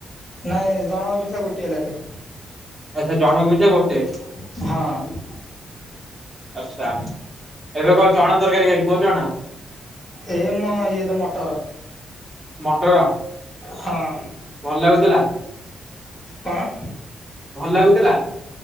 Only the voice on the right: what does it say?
ଆଚ୍ଛା ଜଣଙ୍କ ପିଛା ଗୋଟେ।
ଆଛା ଏବେ କଁ ଚଣା ତରକାରୀ ଖାଲି ଖୋଉଚ ନା।
ମଟର।
ଭଲ ଲାଗୁଥିଲା
ଭଲ ଲାଗୁଥିଲା?